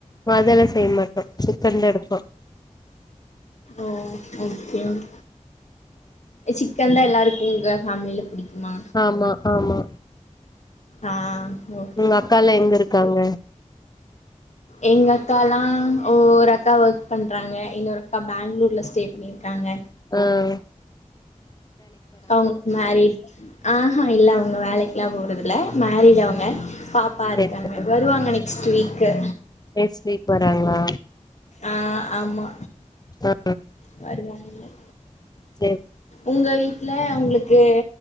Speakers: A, on the left; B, on the left.
A: ம அதெல்லா செய் மாட்டோ சிக்கன்டு எடுப்போ
B: ஓ ஓகே ஓக் சிக்கன் தா எல்லாருக்கு உங்க ஃபாமிலில புடிக்குமா
A: ஆமா ஆமா
B: ஆ ஓக்
A: உங்க அக்கால்லா எங்க இருக்காங்க
B: எங்க அக்கால்லா ஒர் அக்கா ஒர்க் பண்றாங்க இன்னொரு அக்கா பாங்களூர்ல ஸ்டே பண்ணி இக்காங்க
A: ம்
B: அவுங்குக்கு மேரேஜ் ஆஹா இல்ல அவங்க வேலைக்ல்லா போறதுல்ல மரிட் அவுங்க பாப்பா
A: சேரி
B: இருக்காங்க
A: சேரி
B: ருவாங்க நெக்ஸ்ட்டு வீக்கு
A: நெக்ஸ்ட் வீக் வராங்ளா
B: ஆ ஆமா
A: ஆ
B: வருவாங்க
A: செ
B: உங்க வீட்டல உங்களுக்கு